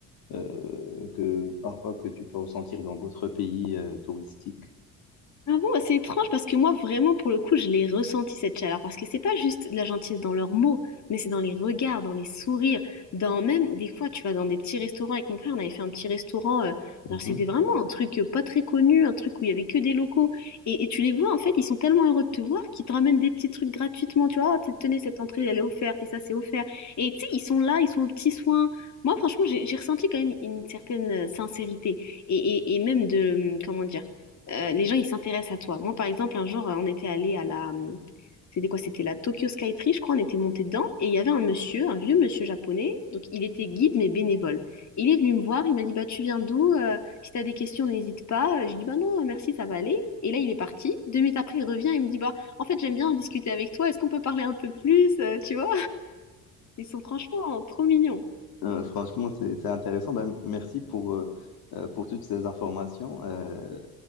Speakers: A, on the left (about 70°); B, on the left (about 50°).
A: euh, que parfois que tu peux ressentir dans d'autres pays euh, touristiques.
B: Ah bon, c'est étrange parce que moi, vraiment, pour le coup, je l'ai ressenti cette chaleur parce que c'est pas juste de la gentillesse dans leurs mots, mais c'est dans les regards, dans les sourires, dans même des fois, tu vas dans des petits restaurants. Avec mon frère, on avait fait un petit restaurant. euh,
A: Mhm.
B: alors, c'était vraiment un truc euh, pas très connu, un truc où il y avait que des locaux. Et, et tu les vois, en fait, ils sont tellement heureux de te voir qu'ils te ramènent des petits trucs gratuitement. Tu vois, Oh, tenez, cette entrée, elle est offerte et ça, c'est offert. Et tu sais, ils sont là, ils sont aux petits soins. Moi, franchement, j'ai j'ai ressenti quand même une certaine euh, sincérité et, et et même de, hum, comment dire, euh, les gens, ils s'intéressent à toi. Moi, par exemple, un jour, euh, on était allé à la... hum, C'était quoi? C'était la Tokyo Skytree, je crois. On était monté dedans et il y avait un monsieur, un vieux monsieur japonais. Donc, il était guide, mais bénévole. Et il est venu me voir. Il m'a dit, bah, tu viens d'où? Euh, si t'as des questions, n'hésite pas. Euh, J'ai dit, bah non, merci, ça va aller. Et là, il est parti. Deux minutes après, il revient et me dit, bah, en fait, j'aime bien discuter avec toi. Est-ce qu'on peut parler un peu plus? Euh, tu vois? Ils sont franchement trop mignons.
A: Euh, franchement, c'est c'est intéressant. Ben, merci pour, euh, euh, pour toutes ces informations. Euh,